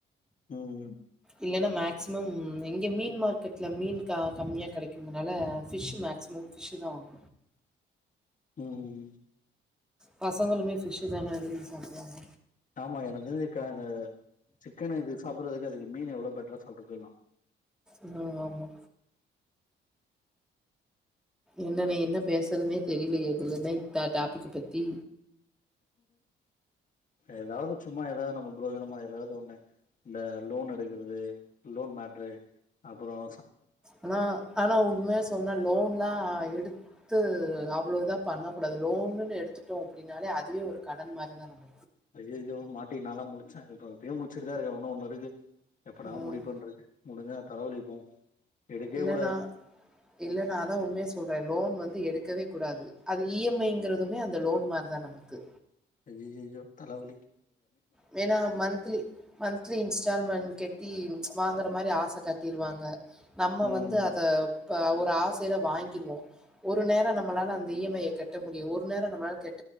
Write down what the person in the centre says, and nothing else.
இல்லனா மேக் மேக்சிமம் இங்க மீன் மார்க்கெட்ல மீன் கா கம்மியா கிடைக்கும்னால ஃபிஷ்சு மேக்சிமம் ஃபிஷ்சுதா வாங்
பசங்களுமே பிஷ்சுதான விரும்பி சாப்டுவாங்க
ஆஹ் ஆமா என்ன நீ என்ன பேசறனே தெரில எதுலன்னே டாப்பிக் பத்தி
ஆனா ஆனா உண்மையா சொன்ன லோன் லோன்லா எடுத்து அவ்ளோ இதா பண்ண கூடாது லோனுனு எடுத்துட்டோ அப்டினாலே அதுவே ஒரு கடன் மாரிதா நம்
ம்
இல்லனா
இல்லனா அதா உண்மைய சொல் ப்ப லோன் வந்து எடுக்கவே கூடாது அது இஎம்ஐங்கறதுமே அந்த லோன் மாரிதா நமக்கு
வேனா மந்த்லி மந்த்லி இன்ஸ்டால்மெண்ட் கெட்டி வாங்கற மாரி ஆச காட்டிருவாங்க நம்ம
வந்து அத இப்ப ஒரு ஆசில வாங்கிருவோ ஒரு நேரம் நம்மளால அந்த இஎம்ஐய கட்ட முடியு ஒரு நேரம் நம்ளால கெட்